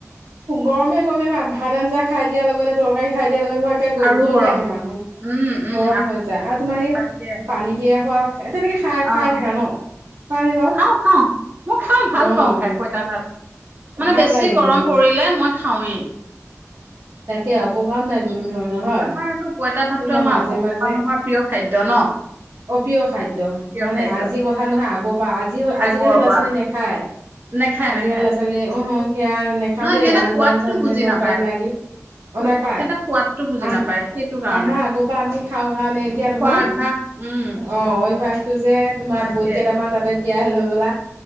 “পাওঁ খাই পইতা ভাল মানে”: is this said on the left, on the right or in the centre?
Right